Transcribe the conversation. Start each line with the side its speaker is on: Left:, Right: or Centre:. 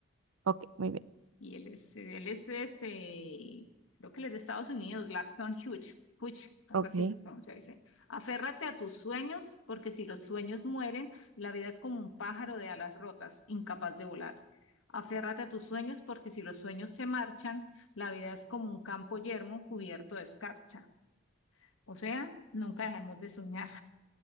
Right: Ok, muy bien.
Left: Y él es, él es este, creo que él es de Estados Unidos, Laxton Hughes, Hughes, algo
Right: Ok.
Left: así se pronuncia, dice. Aférrate a tus sueños, porque si los sueños mueren, la vida es como un pájaro de alas rotas, incapaz de volar. Aférrate a tus sueños, porque si los sueños se marchan, la vida es como un campo yermo cubierto de escarcha. O sea, nunca dejemos de soñar.